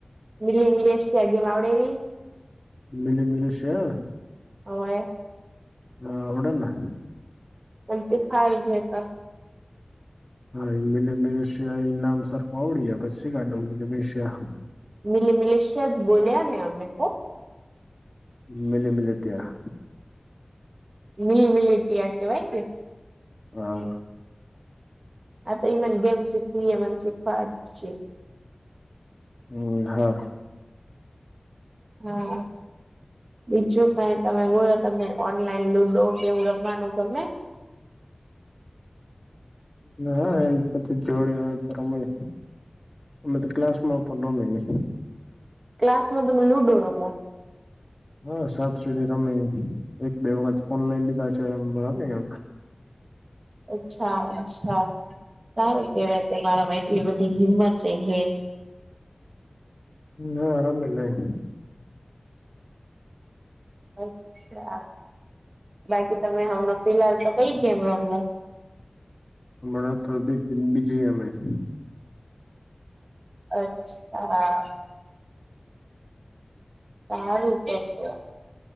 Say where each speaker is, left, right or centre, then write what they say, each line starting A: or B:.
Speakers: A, on the right; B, on the left.
A: મિલી મિલેશ છે, આવડે ની?
B: મિલી મિલી છે. <unintelligible>
A: હોવે.
B: હા અવડે ના
A: પણ સીખાયે જે તો
B: હા મીલી મિલીશિયા એ નામ સરખું આવડી ગયાં પછી શિખાડી દઉં મિલિસિયા
A: મિલી મિલેશીયા જ બોલ્યા ને અમે હો
B: મિલી મિલેટીયા
A: મીલી મીલેટીયા કહેવાય કે
B: હા
A: આ તો એમજ ગેમ સીખવી હે મન સીખવાડજે
B: હમ હા
A: હા બીજું કઈ તમે બોલો તમને ઓનલાઈન લુડો કેવું રમવાનું ગમે?
B: હા એમ પછી જોડે હોય તો રમીએ અમે તો ક્લાસમાં પન રમી
A: ક્લાસમાં લુડો ર
B: હા સાપ સીડી રમે એક બે વખત ફોન લઈ લીધા છે <unintelligible>
A: અચ્છા અચ્છા સારું કેવાય કે તમારામાં એટલી બધી હિંમત તે હે
B: હ હા રમી લેય
A: અચ્છા બાકી તમે હમણાં ફિલહાલ તો કઈ ગેમ રમો?
B: હમણાં તો બીજીએમઆઈ
A: અચ્છા હા હારું તો તો